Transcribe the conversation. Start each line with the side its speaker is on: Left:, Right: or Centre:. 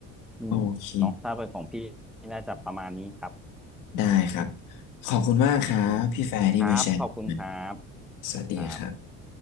Centre: อืมเนาะถ้าเป็นของพี่
Left: โอเค
Centre: น่าจะประมาณนี้ครับ
Left: ได้ครับขอบคุณมากครับพี่แฟร์ที่มาแชร์กัน
Centre: อืมครับขอบคุณครับ
Left: สวัสดีครับ
Centre: ครับ